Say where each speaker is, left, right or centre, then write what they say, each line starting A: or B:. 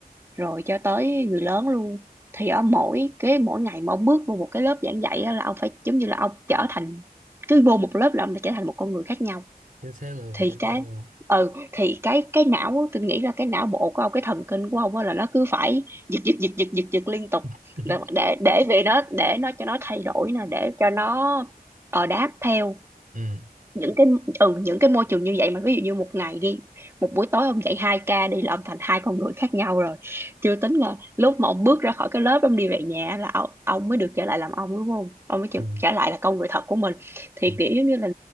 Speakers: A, on the right; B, on the right.
A: rồi cho tới người lớn luôn thì ở mỗi cái mỗi ngày mà ông bước vô một cái lớp giảng dạy á là ông phải giống như là ông trở thành cứ vô một lớp là ông đã trở thành một con người khác nhau
B: chính xác luôn
A: thì
B: chính
A: cái
B: xác luôn
A: ừ thì cái cái não á, tôi nghĩ là cái não bộ của ông cái thần kinh của ông á là nó cứ phải giật giật giật giật giật giật liên tục
B: <laughs>
A: để để để vì nó để nó cho nó thay đổi nè để cho nó ờ đáp theo
B: ừ.
A: những cái ừ những cái môi trường như vậy mà ví dụ như một ngày đi một buổi tối ông dạy 2 ca đi là ông thành hai con người khác nhau rồi chưa tính là lúc mà ông bước ra khỏi cái lớp ông đi về nhà là ông, ông mới được trở lại làm ông đúng không ông mới được
B: Ừ.
A: trở lại là con người thật của mình thì
B: ừ.
A: kiểu giống như là